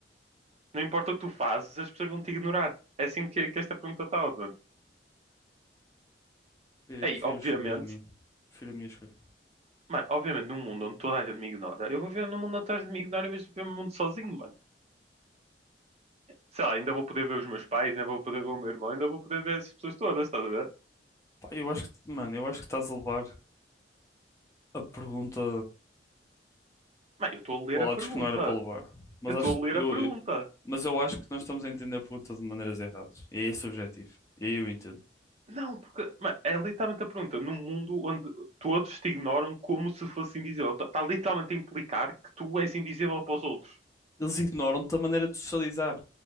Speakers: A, on the right; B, on the left.
A: Não importa o que tu fazes, as pessoas vão te ignorar. É assim que, que esta pergunta está, Odon.
B: Eu
A: Aí,
B: prefiro
A: obviamente...
B: escolher a mim. Prefiro a minha escolha.
A: Mano, obviamente, num mundo onde toda a gente me ignora, eu vou ver num mundo onde toda a gente me ignora, mas vou ver um mundo sozinho, mano. sei lá, ainda vou poder ver os meus pais, ainda vou poder ver o meu irmão, ainda vou poder ver essas pessoas todas, estás a ver?
B: Pá, eu acho que, mano, eu acho que estás a levar a pergunta
A: Mas eu estou a ler
B: a
A: a
B: lados
A: pergunta.
B: que não era para levar. Mas
A: Eu estou
B: acho
A: a
B: que
A: ler
B: eu,
A: a pergunta.
B: eu- mas eu acho que nós estamos a entender a pergunta de maneiras erradas. E é esse o objetivo. E aí eu entendo.
A: Não, porque mano, é literalmente a pergunta. Num mundo onde todos te ignoram como se fosse invisível. Está tá literalmente a implicar que tu és invisível para os outros.
B: Eles ignoram-te a maneira de socializar.